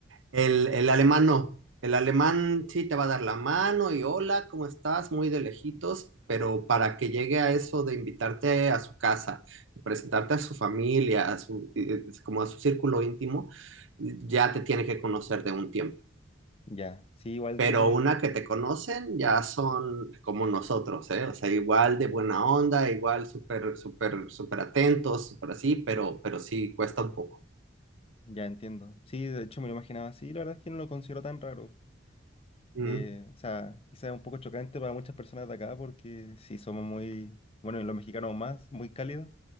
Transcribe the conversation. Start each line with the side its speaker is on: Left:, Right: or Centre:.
Right: El, el alemán no. El alemán sí te va a dar la mano y hola, ¿cómo estás? Muy de lejitos, pero para que llegue a eso de invitarte a su casa, presentarte a su familia, a su, eh, como a su círculo íntimo, ya te tiene que conocer de un tiempo.
Left: Ya, sí, igual
Right: Pero
Left: tiene,
Right: una que te conocen ya son como nosotros, ¿eh? O sea, igual de buena onda, igual súper, súper, súper atentos, súper así, pero, pero sí cuesta un poco.
Left: Ya entiendo. Sí, de hecho me lo imaginaba así. La verdad es que no lo considero tan raro.
Right: Mm,
Left: Eh, o sea, quizás es un poco chocante para muchas personas de acá porque sí somos muy, bueno, y los mexicanos más, muy cálidos.